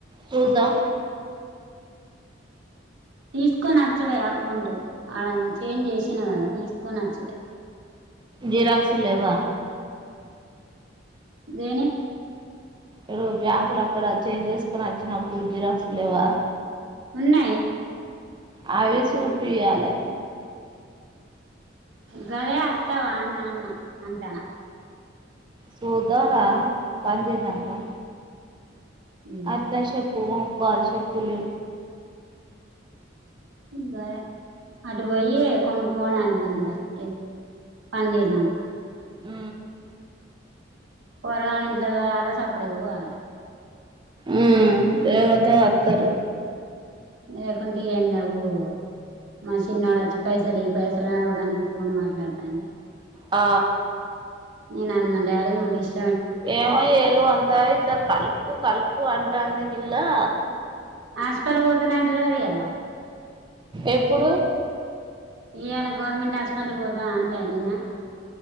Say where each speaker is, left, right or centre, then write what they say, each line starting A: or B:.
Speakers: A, on the right (about 25°); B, on the right (about 80°).
A: చూద్దాం మ్
B: తీసుకొని వచ్చుడే అకౌంట్ ఆడ చేంజ్ చేసినా కదా తీసుకొని వచ్చు డే
A: జిరాక్సులులేవా
B: దేని
A: ఇడు బ్యాంకులు అక్కడ చేంజ్ చేసుకుొని వచ్చినప్పుడు జిరాక్స్ లేవా
B: ఉన్నాయి
A: అవి సూపియాలే
B: గదే అత్తవా అన్న అంటానా
A: సుథారా పిజీన గా
B: ఉమ్
A: ఆత్ దశబ్ పూవుం కాల్ షిప్పులు
B: సరే అటు పోయి కొనుక్కొని అద్దం దా రే పన్నీర్ నాకా
A: ఉ
B: పొరగా ఇంట్లో దోమలా సప్పడికి పోవాలే
A: ఉ దేవాత అత్తరు
B: లేకుంటే ఏండకు మా చిన్నోడు వచ్చి పైసలు ఈ పైసలు అడదాని ఫోన్ మాట్లాడతా అంటే
A: ఆ
B: న నన్న డాడి నోడి ఇష్ట
A: ఏమ్యలు అంతా ఇట్లా కలుకు కలుకు అంటాంది ఇలా
B: ఆాపిల్ పోతున్నా అంటలు కరయాలి
A: ఎప్పుడు
B: ఏను గవర్నమెంట్ హాస్పిటల్ పోదు అన్లే నిన్న